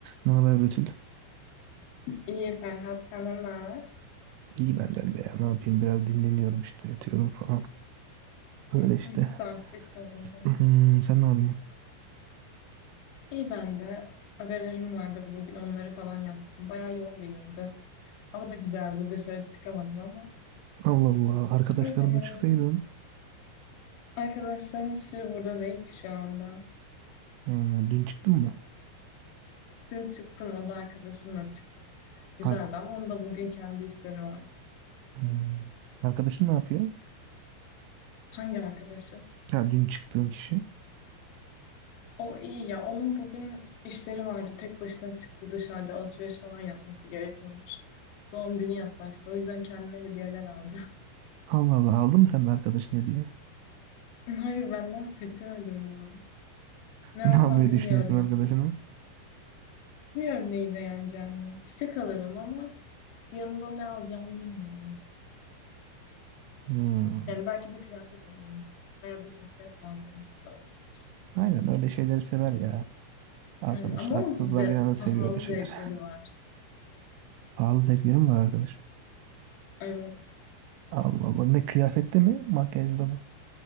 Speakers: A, on the right; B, on the left.
A: Ne haber Betül?
B: İyi Ferhat, senden ne haber?
A: İyi benden de ya. Ne yapayım? Biraz dinleniyorum işte. Yatıyorum falan. Öyle
B: Hmm,
A: işte.
B: Saat geç oldu.
A: S- Hmm, sen ne yapıyorsun?
B: İyi ben de. Ödevlerim vardı bugün onları falan yaptım. Bayağı yoğun bir gündü. Hava da güzeldi dışarı çıkamadım ama.
A: Allah Allah. Arkadaşlarınla
B: Öyle yani.
A: çıksaydın.
B: Arkadaşlarım hiçbiri burada değil ki şu anda.
A: Ha, dün çıktın mı?
B: Dün çıktım o da arkadaşımla çıktım. Güzeldi
A: Ar
B: ama onun da bugün kendi işleri vardı.
A: Hmm. Arkadaşın ne yapıyor?
B: Hangi arkadaşım?
A: Ya dün çıktığın kişi.
B: O iyi ya onun bugün işleri vardı. Tek başına çıktı dışarıda alışveriş falan yapması gerekiyormuş. Doğum günü yaklaştı. O yüzden kendine hediyeler aldı.
A: Allah Allah. Aldın mı sen de arkadaşın hediye? <laughs>
B: Hayır benden seçemedim ya. Ne
A: Ne
B: alsam
A: almayı
B: bilmiyorum.
A: düşünüyorsun arkadaşına?
B: Bilmiyorum neyi beğeneceğini. Çiçek alırım ama yanında ne alacağımı bilmiyorum.
A: Hmm.
B: Yani belki bir kıyafet alırım. Veya bir makyaj malzemesi de olabilir.
A: Aynen öyle şeyleri sever ya. Arkadaş.
B: Aynen. Ama onun
A: Kızlar
B: ze-
A: genelde seviyor
B: pahalı
A: öyle şeyler.
B: zevkleri var.
A: Pahalı zevklerim var arkadaş.
B: Evet.
A: Allah Allah. Ne kıyafette mi? Makyajda mı?